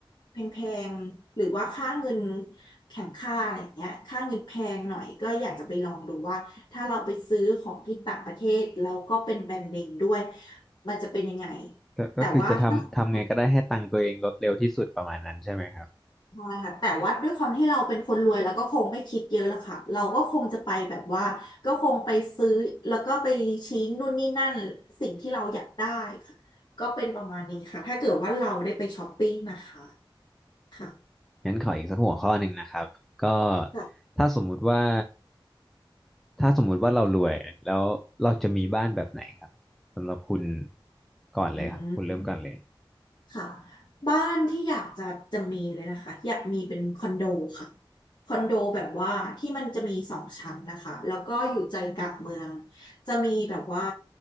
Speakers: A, on the left; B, in the centre.
A: แพงๆหรือว่าค่าเงินแข่งค่าอะไรเงี้ยค่าเงินแพงหน่อยก็อยากจะไปลองดูว่าถ้าเราไปซื้อของที่ต่างประเทศแล้วก็เป็นแบรนด์เนมด้วยมันจะเป็นยังไง
B: ก็ก็คือจะทำทำไงก็ได้ให้ตังค์ตัวเองลดเร็วที่สุดประมาณนั้นใช่ไหมครับ
A: แต่ว่าถ้าเราพอค่ะแต่ว่าด้วยความที่เราเป็นคนรวยเราก็คงไม่คิดเยอะแล้วค่ะเราก็คงจะไปแบบว่าก็คงไปซื้อแล้วก็ไปชี้นู่นนี่นั่นสิ่งที่เราอยากได้ค่ะก็เป็นประมาณนี้ค่ะถ้าเกิดว่าเราได้ไปช้อปปิ้งนะคะค่ะ
B: <laughs> งั้นขออีกสักหัวข้อหนึ่งนะครับก็
A: ค่ะ
B: ถ้าสมมุติว่าถ้าสมมุติว่าเรารวยแล้วเราจะมีบ้านแบบไหนครับสำหรับคุณก่อนเลยครับคุณเริ่มก่อนเลย
A: อืม ค่ะบ้านที่อยากจะจะมีเลยนะคะอยากมีเป็นคอนโดค่ะคอนโดแบบว่าที่มันจะมีสองชั้นนะคะแล้วก็อยู่ใจกลางเมืองจะมีแบบว่า